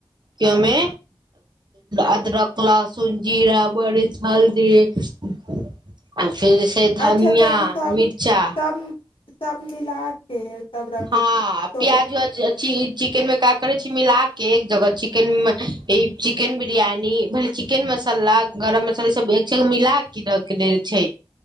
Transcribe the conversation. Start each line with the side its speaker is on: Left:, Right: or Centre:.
Right: केमे अदरक लसुन जीरा बड़ हल्दी फेर से धनिया
Left: अच्छा तऽ ओसभ
Right: मिरचा
Left: सभ सभ मिला कऽ तब रखै
Right: हँ
Left: छी तऽ
Right: प्याज व्याज अी चिकेन मे क करै छी मिल के एक जगह चिकेन ई चिकेन बिरयनीी भल चिकेन मसला गरम मसाली सब एक सबग मिला क रख द छै